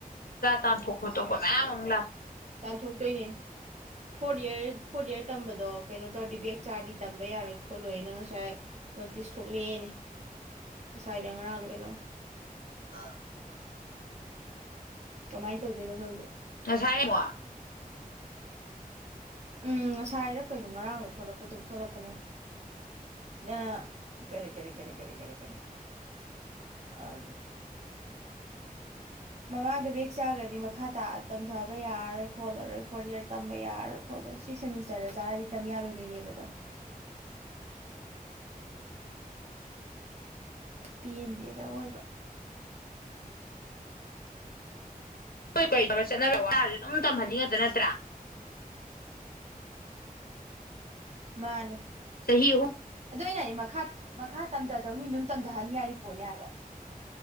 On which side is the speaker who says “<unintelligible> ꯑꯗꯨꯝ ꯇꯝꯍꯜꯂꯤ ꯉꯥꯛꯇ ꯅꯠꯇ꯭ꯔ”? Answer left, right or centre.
Left